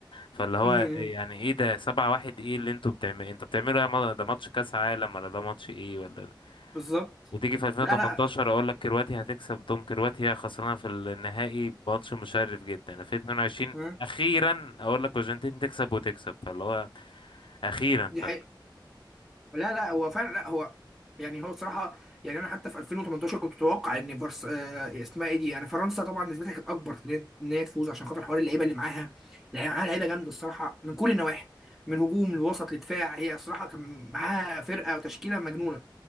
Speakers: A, on the left; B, in the centre.
A: فاللي هو
B: امم
A: يعني ايه ده سبعة واحد ايه اللي انتوا بتعملوا انتوا بتعملوا إيه يا ما- ده ماتش كاس عالم ولا ده ماتش ايه ولا
B: بالظبط
A: وتيجي في 2018
B: لا لا
A: اقول لك كرواتيا هتكسب تقوم كرواتيا خسرانه في النهائي بماتش مشرف جدا في 22
B: مم.
A: اخيرا اقول لك الارجنتين تكسب وتكسب فاللي هو اخيرا
B: دي
A: ف
B: حقيقه لا لا هو فعلا لا هو يعني هو بصراحه يعني انا حتى في 2018 كنت متوقع ان فرس آه اسمها ايه دي يعني فرنسا طبعا نسبتها كانت اكبر في ان هي إن هي تفوز عشان خاطر حوار اللعيبه اللي معاها اللي معاها لعيبه جامده الصراحه من كل النواحي من هجوم لوسط لدفاع هي الصراحه كان معاها فرقه وتشكيله مجنونه